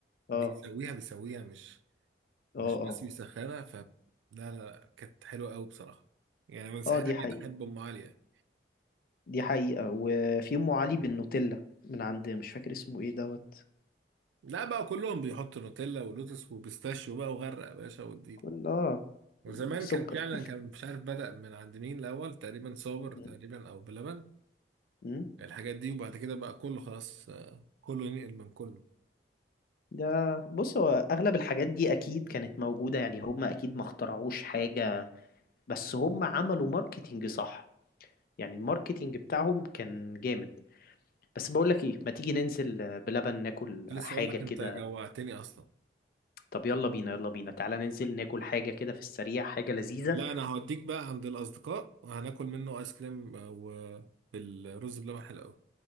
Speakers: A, on the left (about 50°); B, on the right (about 85°).
A: اه
B: بيسويها بيسويها مش
A: اه
B: مش
A: اه
B: بس بيسخنها ف لا لا لا، كانت حلوه قوي بصراحه يعني من ساعتها
A: اه دي حقيقة
B: بقيت احب ام علي يعني.
A: دي حقيقة وفي أم علي بالنوتيلا من عند مش فاكر اسمه ايه دوت
B: لا بقى كلهم بيحطوا نوتيلا ولوتس وبيستاشيو بقى وغرق يا باشا والديل
A: كل اه
B: وزمان
A: سكر
B: كان فعلا كان مش عارف بدأ من عند مين الأول تقريبا صابر
A: مم.
B: تقريبا أو بلبن
A: مم.
B: الحاجات دي وبعد كده بقى كله خلاص آه، كله ينقل من كله
A: ده بص هو أغلب الحاجات دي أكيد كانت موجودة يعني هم أكيد ما اخترعوش حاجة بس هم عملوا ماركتينج صح يعني الماركتينج بتاعهم كان جامد بس بقول لك ايه ما تيجي ننزل آه، بلبن ناكل
B: كنت
A: حاجة
B: لسه أقول لك
A: كده
B: أنت جوعتني أصلا
A: طب يلا بينا يلا بينا تعالى ننزل ناكل حاجة كده في السريع حاجة لذيذة
B: لا أنا هوديك بقى عند الأصدقاء وهناكل منه آيس كريم آه، وبالرز بلبن حلو أوي